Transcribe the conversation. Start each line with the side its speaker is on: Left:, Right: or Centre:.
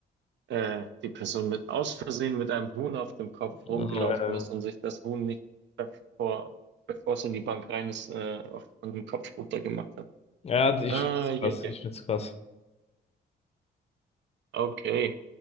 Right: äh, die Person mit aus Versehen mit einem Huhn auf dem Kopf rumgelaufen
Left: Äh,
Right: ist und sich das Huhn nicht bevor, bevor es in die Bank rein ist, äh, auf, von dem Kopf runter gemacht hat.
Left: ja, ich
Right: Ah,
Left: find's
Right: je.
Left: krass, ich find's krass.
Right: Okay.